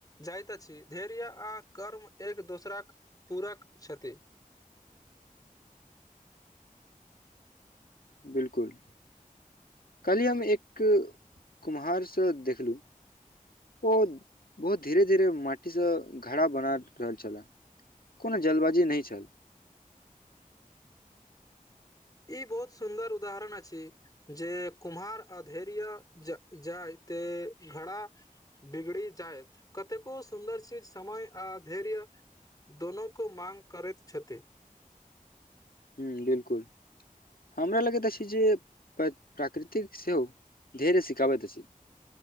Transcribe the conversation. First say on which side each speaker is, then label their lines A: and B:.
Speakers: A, on the left; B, on the left.
A: जाइत अछि धैर्य आ कर्म एक दोसराक पूरक छथि
B: बिल्कुल काल्हि हम एक कुम्हारसँ देखलहुँ ओ बहुत धीरे धीरे माटी से घड़ा बना रहल छले कोनो जल्दबाजी नहि छल
A: ई बहुत सुन्दर उदाहरण अछि जे कुम्हार आ धैर्य जाइ त घरा बिगड़ि जायत कतेको सुन्दर चीज समय आ धैर्य दोनो को माँग करैत छथि
B: ह्म बिल्कुल हमरा लगैत अछि जे प्राकृतिक सेहो धैर्य सिखाबैत अछि